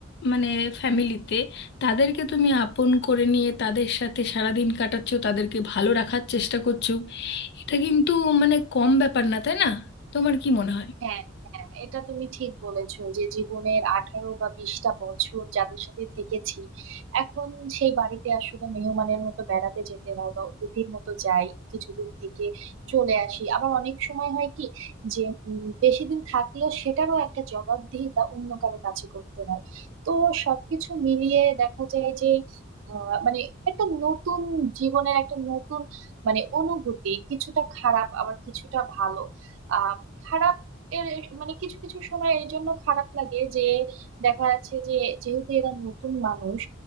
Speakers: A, on the left (about 55°); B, on the right (about 65°).
A: মানে ফ্যামিলিতে তাদেরকে তুমি আপন করে নিয়ে তাদের সাথে সারাদিন কাটাচ্ছো তাদেরকে ভালো রাখার চেষ্টা করছো এটা কিন্তু মানে কম ব্যাপার না তাই না তোমার কি মনে হয়
B: হ্যাঁ হ্যাঁ এটা তুমি ঠিক বলেছো যে জীবনের আঠারো বা বিশটা বছর যাদের সাথে থেকেছি এখন সেই বাড়িতে আসলে মেহমানের মতো বেড়াতে যেতে হয় বা অতিথির মতো যাই কিছুদিন থেকে চলে আসি আবার অনেক সময় হয় কি যে উম, বেশি দিন থাকলেও সেটারও একটা জবাবদিহিতা অন্য কারো কাছে করতে হয় তো সবকিছু মিলিয়ে দেখা যায় যে আহ, মানে একটা নতুন জীবনের একটা নতুন মানে অনুভূতি কিছুটা খারাপ আবার কিছুটা ভালো আহ খারাপ এর মানে কিছু কিছু সময় এর জন্য খারাপ লাগে যে দেখা যাচ্ছে যে যেহেতু এরা নতুন মানুষ